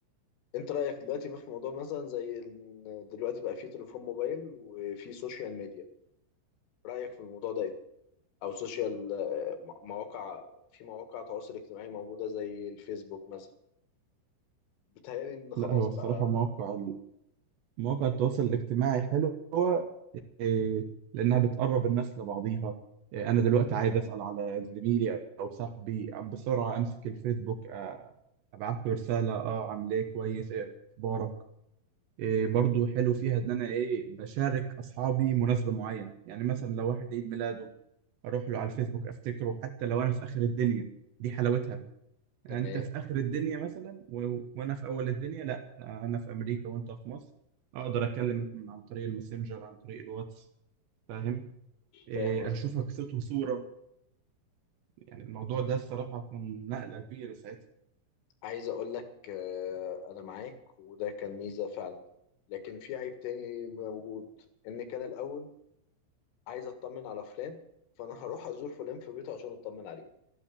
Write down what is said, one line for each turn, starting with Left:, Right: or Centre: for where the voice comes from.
Left: انت رأيك دلوقتي بقى في موضوع مثلا زي ان دلوقتي بقى في تليفون موبايل وفي سوشيال ميديا رأيك في الموضوع ده ايه او سوشيال آه، م- مواقع في مواقع تواصل اجتماعي موجودة زي الفيسبوك مثلا بيتهيألي ان خلاص
Right: لا هو الصراحه
Left: بقى
Right: موقع مواقع التواصل الاجتماعي حلو إيه، لانها بتقرب الناس لبعضيها إيه، انا دلوقتي عايز اسال على زميلي او صاحبي بسرعه امسك الفيسبوك آه، ابعت له رساله اه عامل ايه كويس ايه اخبارك إيه برضو حلو فيها ان انا ايه بشارك اصحابي مناسبه معينه يعني مثلا لو واحد عيد ميلاده اروح له على الفيسبوك افتكره حتى لو انا في اخر الدنيا دي حلاوتها يعني
Left: تمام
Right: انت في اخر الدنيا مثلا و... وانا في اول الدنيا لا آه، انا في امريكا وانت في مصر اقدر اكلمك من عن طريق الماسنجر عن طريق الواتس فاهم إيه،
Left: فاهم قصدك
Right: اشوفك صوت وصوره يعني الموضوع ده الصراحه كان نقله كبيره ساعتها
Left: عايز اقول لك آه، انا معاك وده كان ميزه فعلا لكن في عيب تاني موجود ان كان الاول عايز اطمن على فلان فانا <laughs> هروح ازور فلان في بيته عشان اطمن عليه